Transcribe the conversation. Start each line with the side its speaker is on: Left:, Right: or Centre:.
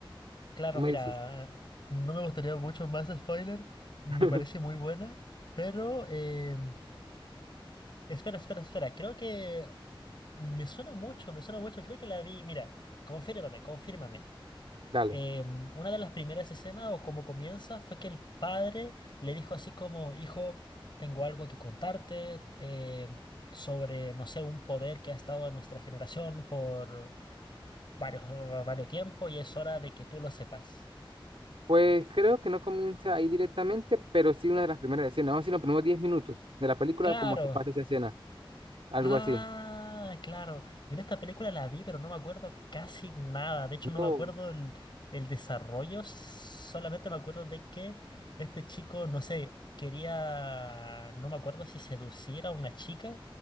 Left: claro,
Right: Tú me
Left: mira,
Right: dices.
Left: no me gustaría mucho más spoiler, me
Right: <laughs>
Left: parece muy buena, pero em, espera, espera, espera, creo que me suena mucho, me suena mucho, creo que la vi, mira, confírmame, confírmame.
Right: Dale.
Left: em, una de las primeras escenas o como comienza fue que el padre le dijo así como, hijo, tengo algo que contarte em, sobre, no sé, un poder que ha estado en nuestra generación por varios, varios tiempo y es hora de que tú lo sepas.
Right: Pues creo que no comienza ahí directamente, pero sí una de las primeras escenas. Vamos a decir los primeros 10 minutos de la película,
Left: Claro.
Right: como que pasa esa escena, algo
Left: Ah,
Right: así.
Left: claro. Mira, esta película la vi, pero no me acuerdo casi nada. De hecho, no
Right: No.
Left: me acuerdo el, el desarrollo. Solamente me acuerdo de que este chico, no sé, quería, no me acuerdo si seducir a una chica